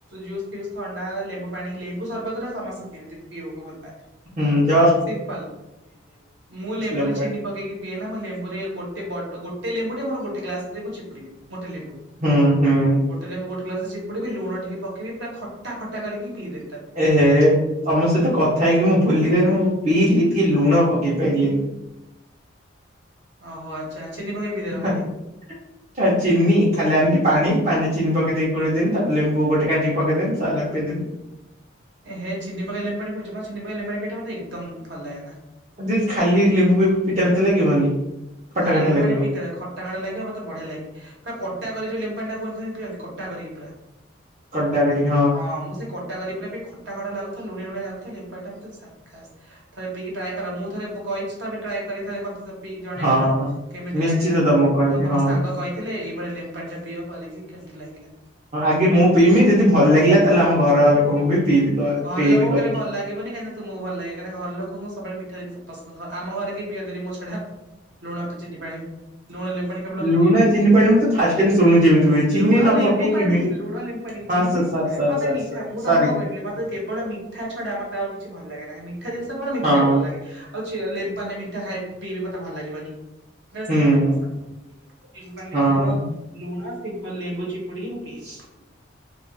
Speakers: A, on the right; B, on the right.
A: ଜୁସ ଫିୟୁସ ଥଣ୍ଡା ଲେମ୍ବୁ ପାଣି ଲେମ୍ବୁ ସର୍ବତ ଟା ସମସ୍ତେ ପିଅନ୍ତି ପିଇବାକୁ ଭଲ ପାଆନ୍ତି।
B: ହୁଁ ଯ
A: ସିମ୍ପଲ ମୁଁ ଲେମ୍ବୁରେ
B: ଲେମ୍ବୁ ପାଣି
A: ଚିନି ପକେଇକି ପିଏନା ମୁଁ ଲେମ୍ବୁରେ ଗୋଟ ବଡ ଗୋଟେ ଲେମ୍ବୁ ଟେ ଗୋଟେ ଗ୍ଲାସରେ ମୁଁ ଚିପୁଡିବି ଗୋଟେ ଲେମ୍ବୁ।
B: ହୁଁ ହୁଁ।
A: ଗୋଟେ ଲେମ୍ବୁ ଗୋଟ ଗ୍ଲାସରେ ଚିପୁଡିବି ଲୁଣ ଟିକେ ପକେଈବି ପୁରା ଖଟାଖଟା କରିକି ପିଇ ଦେବି ତାକୁ।
B: ଏହେ ତମ ସହିତ କଥା ହେଇକି ମୁଁ ଭୁଲିି ଗୋଲି ମୁଁ ପିଇଲି ଟିକେ ଲୁଣ ପକେଇ ପାଇଲିନି।
A: ଓହୋ ଆଚ୍ଛା ଚିନି ପକେଇ ପିଇ ଦେଲଖାଲି?
B: ହାଁ, ତା ଚିନି ଖାଲି ଆଣିଲି ପାଣି ପାଣି ରେ ଚିନି ପକେଇ ଦେଇକି ଗୋଳେଇଦେଲି ତାପରେ ଲେମ୍ବୁ ଗୋଟେ କାଟିକି ପକେଇଦେଲି ସଇଲା ପିଇ ଦେଲି।
A: ଏ ହେ ଚିନିି ପକେଇ ଲେମ୍ବୁ ପାଣି ପିଉଛ ମତେ ଚିନି ପକେଇ ଲେମ୍ବୁ ପାଣି ପିଇଲେ ମତେ ଏକଦମ ଭଲ ଲାଗେ ନା।
B: ଯଦି ଖାଲିଲେମ୍ବୁ ଫେମ୍ବୁ ପିତା ପିତା ଲାଗିବନି? ଖଟା
A: ଖାଲି
B: ଖଟା
A: ଲେମ୍ବୁ
B: ଲାଗିବ
A: ପାଣି ପିତା ଲାଗେ ଖ ଖଟା ଖଟା ଲାଗେ ମତେ ବଢିଆ ଲାଗେ ପା କଡା କରି ଯଉ ଲେମ୍ବୁ ପାଣି କୁହନ୍ତିନି ପିଅନ୍ତି କଡା କରିକି ପୁରା।
B: ଖଟା କରିକି
A: ହଁ ମୁଁ ସେ। କଡା କରି ପୁରା ପୁରା ଖଟା ଖଟା ଲାଗୁଥିବ ଲୁଣିଆ ଲୁଣିଆ ଲାଗୁଥିବ ଲେମ୍ବୁ ପାଣି ଟା ପୁରା ଝାକାସ। ଥରେ ପିଇିକି ଟ୍ରାଏ କର ମୁଁ ଥରେ କହିଛି ଥରେ ଟ୍ରାଏ କରି ଥରେ ମତେ ପିଇିକି ଜଣେଇବ।
B: ହଁ
A: ତ
B: ହଁ
A: କେମିତି
B: ନିଶ୍ଚିତ
A: ଲାଗିଲା।
B: ତମକୁ କହିବି
A: ମତ ତମ
B: ହଁ।
A: ସାଙ୍ଗ କହିଥିଲେ ଏଇଭଳିଆ ଲେମ୍ବୁ ପାଣିଟା ପିଅ କରିକି କେମିତି ଲାଗିଲା।
B: ହଁ ଆଗେ ମୁଁ ପିଇମିଁ, ଯଦି ଭଲ ଲାଗିଲା ତାହେଲେ ଆମ ଘର ଲୋକଙ୍କୁ ବି ପିଇବି। କ
A: ଭଲ
B: ପିଇବି
A: ଲୋକଙ୍କୁ
B: କରିକି।
A: କେବେ ଭଲ ଲାଗେ ଲାଗିବନ, କାହିଁକି ତୁମକୁ ଭଲ ଲାଗେ। କାହିଁକି ନା ଘର ଲୋକଙ୍କୁ ସବୁବେଳେ ମିଠା ଜିନଷ ପସନ୍ଦ, ଘ ଆମ ଘରେ କିିଅ ପିଅନ୍ତିିନୀ ମୋ ଛଡା। ଲୁଣ <inaudible> ଚିନିପାଣି। ଲୁଣ ଲେମ୍ବୁ ପାଣି କେବଳ ମୁହିଁ
B: ଲୁଣ
A: ପିଏ,
B: ଚିନି ପାଣି ମୁଁ ତ ଫାଷ୍ଟ ଟାଇମ ଶୁଣୁଛି ଏମିତି ହୁଏ ଚିନି
A: ଲୁଣ
B: ନ
A: ଲେମ୍ବୁ
B: ପକେଇ
A: ପାଣି
B: କେମିତି
A: ଲୁଣ ଲେମ୍ବୁ ପାଣି।
B: ହଁ
A: ଚିନି
B: ସାର୍ ସାର୍
A: ପ
B: ସାର୍
A: ମତେ
B: ସାର୍
A: ମିଠା,
B: ସାର୍
A: ମୁଁ
B: ସରି
A: ତମକୁ କଣ କହିଥିଲି ମତେ କେବଳ ମିଠା ଛଡା ମତେ ଆଉ କିଛି ଭଲ ଲାଗେନା, ହେ ମିଠା ଜିନିଷ କେବଳ ମିଠା
B: ହଁ
A: ଖାଇବା ଭଲ ଲାଗେ ହଉଛି <unintelligible> ମିଠା ଖାଇ ପିଇବି ମତେ ଭଲ ଲାଗିବନି। ଏ ସବୁ
B: ହୁଁ
A: ମତେ ପସନ୍ଦ ନୁହଁ, ଲେମ୍ବୁପାଣିରେ
B: ହଁ
A: କେବଳ ଲୁଣ ସିମ୍ପଲ ଲେମ୍ବୁ ଚିପୁଡିକି ମୁଁ ପିଏ।
B: <unintelligible>